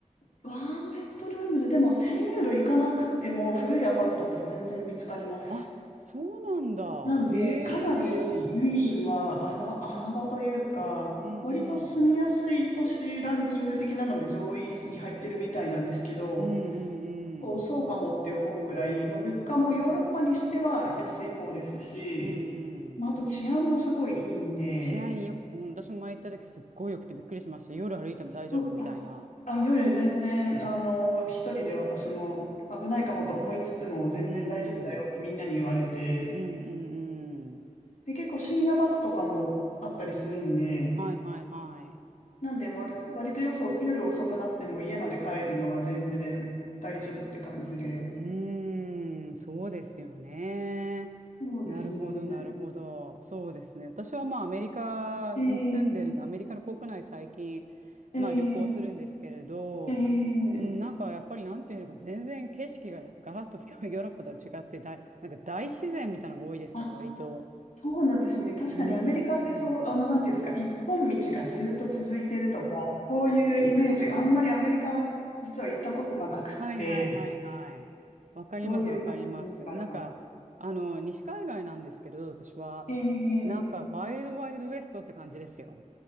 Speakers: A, on the left; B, on the right.
A: ワンベッドルームで、でも1000ユーロいかなくても古いアパートだったら全然見つかります。
B: あ、そうなんだ。
A: なんで、
B: へえ。
A: かなりウィーンは穴、穴場というか、
B: うん、
A: 割と住みやすい都市ランキング的なので上位に入ってるみたいなんですけど、
B: うん。うん、うん、
A: こう、そうかもって思うくらい、
B: うん。
A: まあ、物価もヨーロッパにしては安い方ですし、
B: うん、
A: まあ、
B: うん。
A: あと治安もすごいいいんで、
B: 治安よく、うん、私も前行った時すっごいよくてびっくりしました。夜歩いても大丈夫みたいな。
A: そうあ、あ、夜全然、あの、一人で私も危ないかもと思いつつも全然大丈夫だよってみんなに言われて、
B: うんうん。うんうんうん。
A: で、結構深夜バスとかもあったりするんで、
B: はいはいはい。
A: なんで、まる、割とよそ、夜遅くなっても家まで帰るのは全然大丈夫って感じで。
B: うーん、そうですよね。
A: そうですね。
B: なるほど、なるほど。そうですね。私はまあアメリカに住んでるアメリカの国内最近、
A: ええええ
B: まあ旅行するんですけれど、
A: ええ
B: うん、なんかやっぱりなんていうのか、全然景色がガラッと <laughs> ヨーロッパとは違って、だい、なんか大自然みたいなのが多いですね、
A: あ、
B: 割と。
A: そうなんですね。確かにアメリカってそう、
B: うーん。
A: あの、なんていうんですか、一本道がずっと続いてるとか、そういうイメージがあんまりアメリカ、実は行ったことがなくて、
B: はいはいはいはい。わかりますわかります。
A: どういう感じなのかな。
B: なんか、あの、西海岸なんですけど、私は、
A: ええ
B: なんか、ワイルドワイルドウエストって感じですよ。